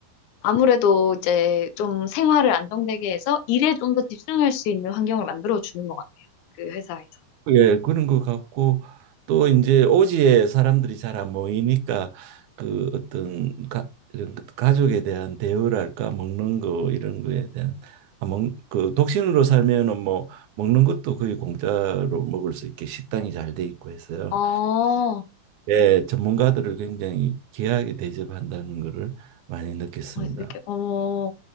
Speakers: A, on the left; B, on the right.
A: 아무래도 이제 좀 생활을 안정되게 해서 일에 좀 더 집중할 수 있는 환경을 만들어주는 것 같아요. 그 회사에서.
B: 예, 그런 것 같고 또 이제 오지에 사람들이 잘 안 모이니까 그 어떤 가, 이런 그 가족에 대한 대우랄까 먹는 거 이런 거에 대한 아, 먹, 그 독신으로 살면은 뭐 먹는 것도 거의 공짜로 먹을 수 있게 식당이 잘 돼 있고 해서요.
A: 어, 어,
B: 예, 전문가들을 굉장히 귀하게 대접한다는 거를 많이 느꼈습니다.
A: 이렇게, 어,